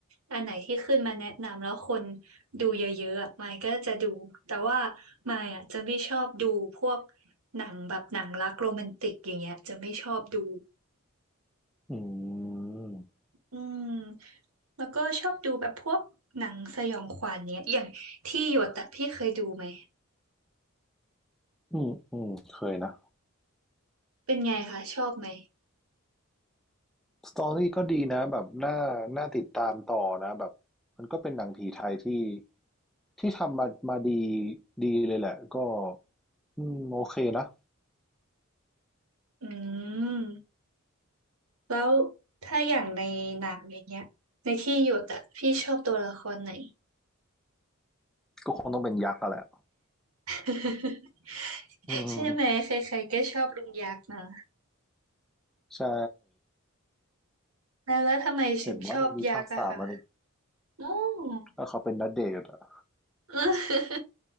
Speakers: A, on the right (about 80°); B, in the centre.
A: อันไหนที่ขึ้นมาแนะนำแล้วคนดูเยอะๆอะมายก็จะดูแต่ว่ามายอะจะไม่ชอบดูพวกหนังแบบหนังรักโรแมนติกอย่างเงี้ยจะไม่ชอบดู
B: อืม
A: อืมแล้วก็ชอบดูแบบพวกหนังสยองขวัญเนี้ยอย่างที่หยดอะพี่เคยดูไหม
B: อืมอืมเคยนะ
A: เป็นไงคะชอบไหม
B: สตอรี่ก็ดีนะแบบน่าน่าติดตามต่อนะแบบมันก็เป็นหนังผีไทยที่ที่ทำมามาดีดีเลยแหละก็อืมโอเคนะ
A: อืม แล้วถ้าอย่างในหนังอย่างเงี้ยในที่หยุดอะพี่ชอบตัวละครไหน
B: ก็คงต้องเป็นยักษ์อะแหละ
A: <laughs>
B: อืม
A: ใช่ไหมใครๆก็ชอบลุงยักษ์นะ
B: ใช่
A: แล้วแล้วทำไมถึงชอบยักษ์อะคะ
B: เห็นว่าจะมีภาคสามมานี่
A: อ๋อ
B: แล้วเขาเป็นณเดชน์อะ
A: เออ <laughs>